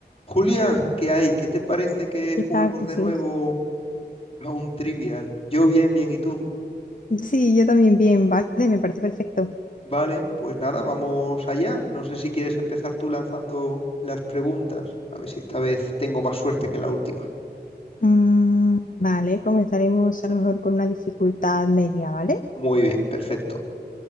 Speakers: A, on the left (about 30°); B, on the left (about 50°).
A: Julia, ¿qué hay? ¿Qué te parece que
B: ¿Qué
A: juguemos
B: tal, Jesús?
A: de nuevo a un trivial? Yo bien, bien, ¿y tú?
B: Sí, yo también bien, vale, me parece perfecto.
A: Vale, pues nada, vamos allá. No sé si quieres empezar tú lanzando las preguntas. A ver si esta vez tengo más suerte que la última.
B: Mm, vale, comenzaremos a lo mejor con una dificultad media, ¿vale?
A: Muy bien, perfecto.